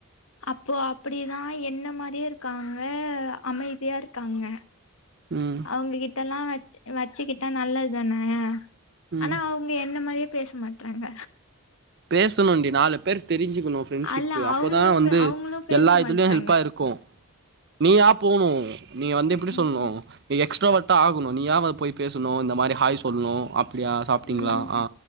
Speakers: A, on the left (about 70°); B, on the right (about 50°).
A: அப்போ அப்டிதா என்ன மாரியே இருக்காங்க அமைதியா இருக்காங்க
B: ம்
A: அவுங்ககிட்டெல்லா வச் வச்சுக்கிட்டா நல்லது தானே
B: ம்
A: ஆனா அவு ங்க என்ன மாரியே பேச மாட்றாங்க
B: பேசணுன்டி நாலு பேர் தெரிஞ்சுக்கணு ஃபிரெண்ட்ஷிப்பு
A: அல்ல
B: அப்போதா
A: அவங்களே
B: வந்து
A: அவங்களு பேச
B: எல்லா
A: மாட்றாங்க
B: இதுலயு ஹெல்ப்பா இருக்கு நீயா போணு நீ வந்து எப்டி
A: ம்
B: சொல்ணு நீ எக்ஸ்ட்ரா வ ஆகணு நீயாவ போய் பேசணு இந்த மாரி ஹாய் சொல்ணு அப்பிடியா சாப்ட்டீங்ளா
A: ம்
B: ஆ